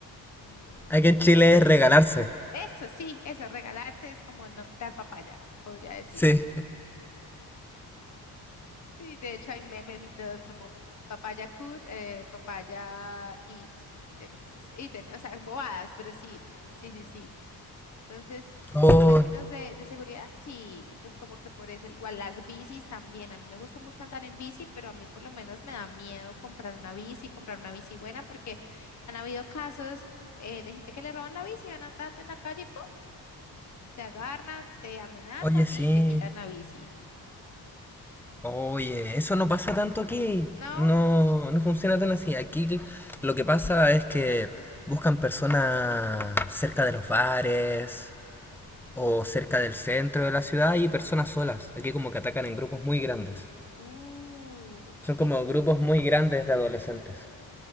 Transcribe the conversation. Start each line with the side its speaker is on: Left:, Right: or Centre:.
Left: mm,
Centre: Aquí
Left: como
Centre: en Chile
Left: po-
Centre: es regalarse.
Left: Eso sí, eso, regalarse es como no, dar papaya, podría decirse.
Centre: Sí.
Left: Sí, de hecho hay memes y todos como papaya could, eh, papaya eat, eh, es eaten, o sea, bobadas, pero sí, sí, sí, sí. Entonces,
Centre: Oh,
Left: en términos de, de seguridad, sí, pues como que por eso, igual las bicis también, a mí me gusta mucho andar en bici, pero a mí por lo menos me da miedo comprar una bici, comprar una bici buena, porque han habido casos eh, de gente que le roban la bici, van andando en la calle y ¡pum! te agarran, te amenazan
Centre: oye, sí.
Left: y te quitan la bici.
Centre: Oye, eso no pasa tanto aquí.
Left: No,
Centre: No, no funciona tan así. Aquí lo que pasa es que buscan personas cerca de los bares, o
Left: ok.
Centre: cerca del centro de la ciudad hay personas solas. Aquí como que atacan en grupos muy grandes.
Left: Uh, ok.
Centre: Son como grupos muy grandes de adolescentes.